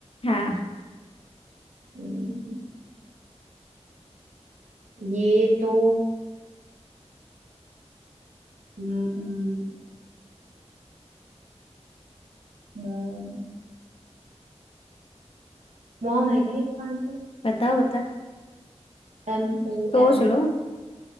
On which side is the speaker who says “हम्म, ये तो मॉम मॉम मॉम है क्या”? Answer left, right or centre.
Right